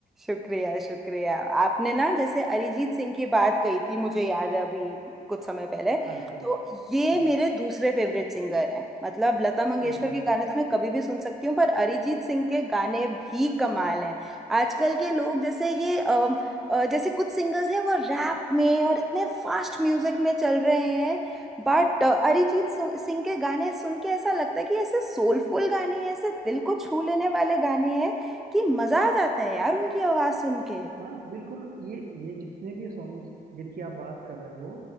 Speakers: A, in the centre; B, on the right.
A: शुक्रिया शुक्रिया आपने ना जैसे अरिजीत सिंह की बात कही थी मुझे याद है अभी कुछ समय पहले
B: हाँ जी हाँ
A: तो
B: जी
A: ये
B: हाँ जी
A: मेरे दूसरे फेवरेट सिंगर हैं मतलब लता मंगेशकर
B: Oh very
A: के गाने
B: nice
A: तो मैं कभी भी सुन सकती हूँ पर अरिजीत सिंह के गाने भी कमाल हैं आजकल के लोग जैसे ये अम, अ, जैसे कुछ सिंगर्स हैं वो रैप में और इतने फास्ट म्यूजिक में चल रहे हैं बट अरिजीत सु- सिंह के गाने सुन के ऐसा लगता है कि ऐसे सोलफुल गाने हैं ऐसे दिल को छू लेने वाले गाने हैं कि मजा आ जाता है यार उनकी आवाज सुन के
B: हाँ बिल्कुल ये ये जितने भी सॉन्ग्स जिनकी आप बात कर रहे हो